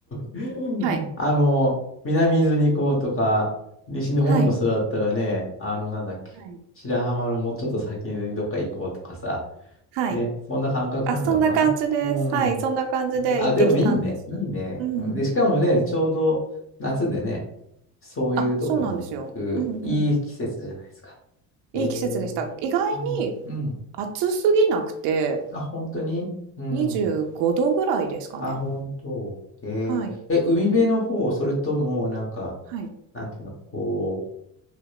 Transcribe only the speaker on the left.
<laughs>
あの、南伊豆に行こうとか、西日本の人だったらね、
あの、なんだっけ、
白浜のもうちょっと先にどっか行こうとかさ、
ね、そんな感覚なんだろうな。
うん。
えあ、でもいいね、いいね。
うん、で、しかもね、ちょうど夏でね、そういうとこに行く、
いい季節じゃないですか。
えー、
うん。うん
あ、本当にうん。
あ、本当。えー、
え、海辺の方、それとも、なんか、
なんていうの、こ